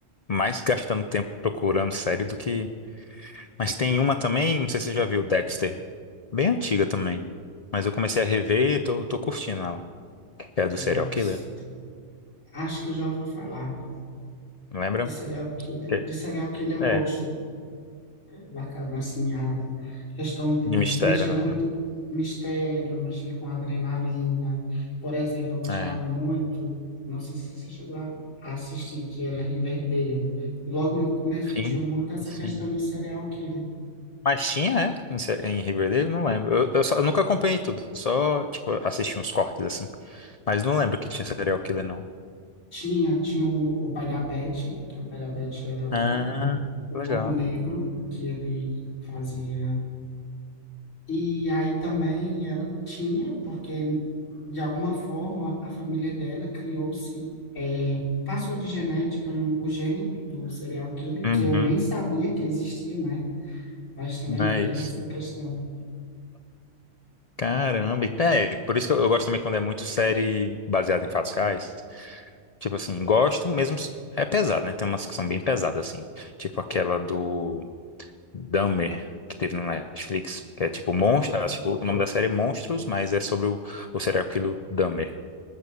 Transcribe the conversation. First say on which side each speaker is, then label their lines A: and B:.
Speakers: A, on the left; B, on the left.
A: mais gastando tempo procurando série do que. Mas tem uma também, não sei se você já viu, Dexter. Bem antiga também. Mas eu comecei a rever e tô, tô curtindo ela. Que é do
B: Dex.
A: serial killer,
B: Acho que eu já ouvi falar
A: lembra?
B: de serial killer,
A: Que-
B: de serial killer eu
A: É,
B: gosto. Bacana, assim, a questão de
A: de mistério,
B: mexer
A: né?
B: muito mistério, mexer com adrenalina. Por exemplo, eu gostava
A: É.
B: muito, não sei se você chegou a a assistir, que era Riverdale. Logo no começo
A: Sim,
B: tinha muito essa
A: sim.
B: questão de serial killer.
A: Mas tinha, é? Em, sé- em Riverdale, não lembro. Eu, eu, só- eu nunca acompanhei tudo, só, tipo, assisti uns cortes assim. Mas não lembro que tinha serial killer, não.
B: Tinha, tinha o, o pai da Beth, que o pai da Beth era o,
A: Ah,
B: gor- o
A: legal.
B: gorro negro, que ele fazia E aí também ela tinha, porque de alguma forma a família dela criou-se, eh, passou de genética um- o gene do serial killer,
A: Uhum,
B: que eu nem sabia que existia, né? Mas também
A: é
B: tem
A: isso.
B: essa questão.
A: Caramba, e até, por isso que eu, eu gosto também quando é muito série baseada em fatos reais. Tipo assim, gosto mesmo. s- É pesado, né? Tem umas que são bem pesadas, assim. Tipo aquela do Dahmer, que teve no Netflix, que é tipo monstro. ah, tipo, o nome da série é Monstros, mas é sobre o, o serial killer Dahmer.